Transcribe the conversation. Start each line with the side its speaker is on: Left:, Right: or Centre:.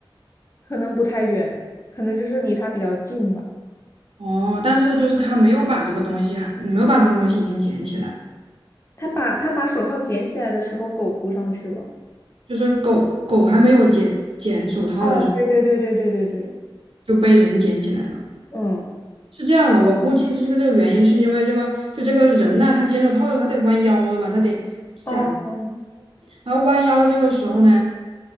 Left: 可能不太远，可能就是离他比较近吧。
Right: 哦，但是就是它没有把这个东西还没有把那个东西已经捡起来，
Left: 他把他把手套捡起来的时候，狗扑上去了。
Right: 就是狗狗还没有捡捡手套的时候
Left: 啊，对对对对对对对，
Right: 就被人捡起来了。
Left: 嗯，
Right: 是这样的，我估计是这个这个原因，是因为这个就这个人呐、他捡手套的时候他得弯腰，对吧？他得下，
Left: 哦哦，
Right: 然后弯腰的这个时候呢。